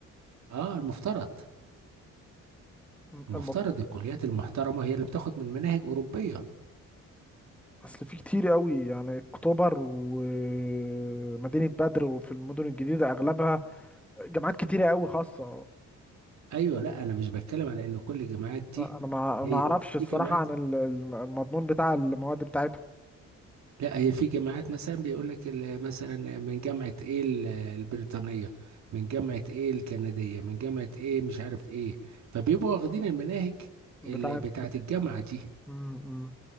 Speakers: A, on the right; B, in the centre.
A: اه المفترض
B: مم.
A: المفترض
B: المف...
A: الكليات المحترمة هي اللي بتاخد من مناهج أوروبية
B: اصل في كتير قوي يعني اكتوبر ومدينه بدر وفي المدن الجديده اغلبها جامعات كتيره قوي خاصه
A: ايوه لا انا مش بتكلم على ان كل الجامعات دي
B: انا ما
A: هي
B: ما اعرفش
A: لا في
B: الصراحه
A: جامعات
B: عن ال- ال- المضمون بتاع المواد بتاعتهم
A: لا هي في جامعات مثلا بيقول لك ال- مثلا من جامعة ايه ال- البريطانية من جامعة ايه الكندية من جامعة ايه مش عارف ايه فبيبقوا واخدين المناهج
B: بتاعت
A: اللي بتاعة الجامعة دي
B: مم، مم.